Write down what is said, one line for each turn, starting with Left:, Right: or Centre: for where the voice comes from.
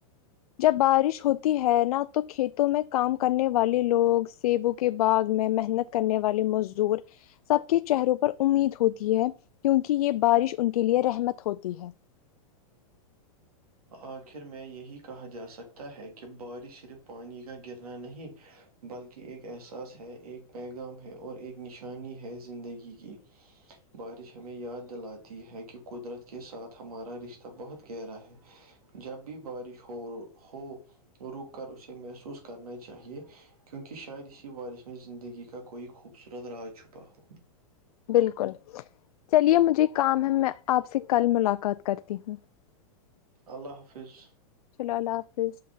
Left: جب بارش ہوتی ہے نا تو کھیتوں میں کام کرنے والے لوگ سیبو کے باغ میں محنت کرنے والے مزدور سب کے چہروں پر امید ہوتی ہے کیونکہ یہ بارش ان کے لیے رحمت ہوتی ہے
Right: آخر میں یہی کہا جا سکتا ہے کہ بارش صرف پانی کا گرنا نہیں بلکہ ایک احساس ہے ایک پیغام ہے اور ایک نشانی ہے زندگی کی بارش ہمیں یاد دلاتی ہے کہ قدرت کے ساتھ ہمارا رشتہ بہت گہرا ہے جب بھی بارش ہو ہو رک کر اسے محسوس کرنا چاہیے کیونکہ شاید اس کی بارث میں زندگی کا کوئی خوبصورت راج چھپا ہو
Left: بالکل چلیے مجھے کام ہے میں آپ سے کل ملاقات کرتی ہوں
Right: اللہ حافظ
Left: چلو اللہ حافظ